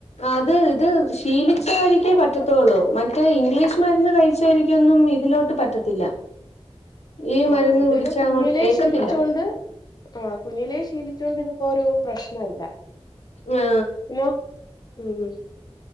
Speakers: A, on the left; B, on the left.
A: അത് ഇത് ശീലിച്ചവർക്കേ പറ്റത്തോള്ളൂ മറ്റേ ഇംഗ്ലീഷ് മരുന്ന് കഴിച്ച രിക്കൊന്നും ഇതിലോട്ട് പറ്റ പറ്റത്തില്ല ഈ
B: ആ
A: മരുന്ന്
B: ഇതനെ
A: കുടിച്ചാ
B: കുഞ്ഞിലെ
A: അങ്ങോട്ട് ഏക്കത്തില്ല
B: ശീലിച്ചോണ്ട് ആ കുഞ്ഞിലെ ശീലിച്ചോണ്ട് ഇത് ഇപ്പൊ ഒരു പ്രശ്നല്ല
A: ആ
B: പിന്നെ ഉം ഉം